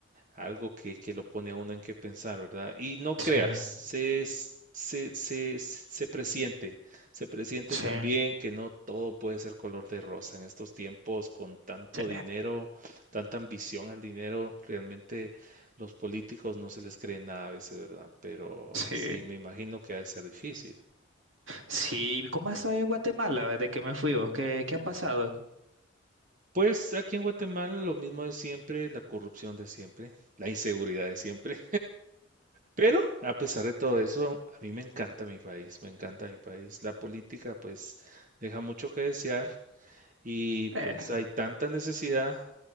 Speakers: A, on the right; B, on the right.
A: algo que, que lo pone a uno en qué pensar, ¿verdad? Y no
B: sí,
A: creas, se, s- se, se, se presiente, se presiente
B: sí,
A: también que no todo puede ser color de rosa en estos tiempos con tanto
B: sí,
A: dinero, tanta ambición al dinero, realmente los políticos no se les cree nada a veces, ¿verdad? Pero
B: sí.
A: sí, me imagino que ha de ser difícil.
B: Sí, ¿cómo has estado en Guatemala desde que me fui vos? ¿Qué, qué ha pasado?
A: Pues aquí en Guatemala lo mismo de siempre, la corrupción de siempre, la inseguridad de siempre. Pero a pesar de todo eso, a mí me encanta mi país, me encanta mi país. La política pues deja mucho que desear y
B: Eh,
A: pues hay tanta necesidad,